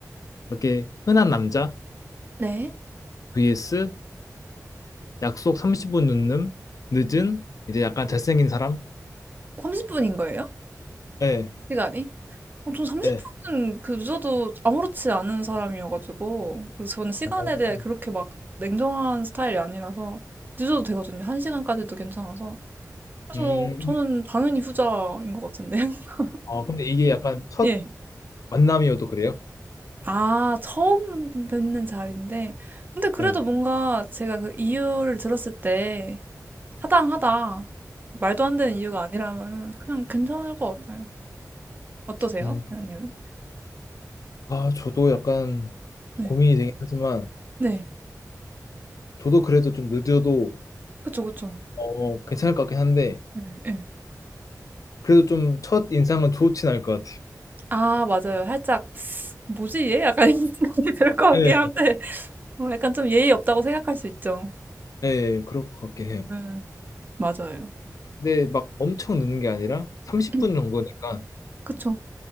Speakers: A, on the left; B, on the right.
A: 그렇게 흔한 남자
B: 네.
A: vs 약속 30분 늦는, 늦은, 이제 약간 잘생긴 사람?
B: 30 분인 거예요?
A: 예,
B: 시간이? 어 전 30
A: 예.
B: 분은 그 늦어도 아무렇지 않은 사람이어 가지고 그래서 저는 시간에
A: 오.
B: 대해 그렇게 막 냉정한 스타일이 아니라서 늦어도 되거든요. 한 시간까지도 괜찮아서. 그래서
A: 음,
B: 저는 당연히 후자인 것 같은데 <laughs>
A: 아, 근데 이게 약간 첫
B: 예.
A: 만남이어도 그래요?
B: 아, 처음 뵙는 자리인데. 근데 그래도
A: 예.
B: 뭔가 제가 그 이유를 들었을 때 타당하다. 말도 안 되는 이유가 아니라면은 그냥 괜찮을 것 같아요. 어떠세요?
A: 음,
B: 선생님은?
A: 아, 저도 약간
B: 네.
A: 고민이 되긴 하지만,
B: 네.
A: 저도 그래도 좀 늦어도,
B: 그쵸, 그쵸.
A: 어, 괜찮을 것 같긴 한데,
B: 네, 네.
A: 그래도 좀 첫 인상은 좋진 않을 것 같아요.
B: 아, 맞아요. 살짝, 뭐지, 얘? 약간 이런 <laughs> 생각이 들 것 같긴
A: 예,
B: 한데, 뭐 약간 좀 예의 없다고 생각할 수 있죠.
A: 예, 그럴 것 같긴 해요.
B: 네, 맞아요.
A: 근데 막 엄청 늦는 게 아니라 30분
B: <clears throat>
A: 정도니까,
B: 그쵸.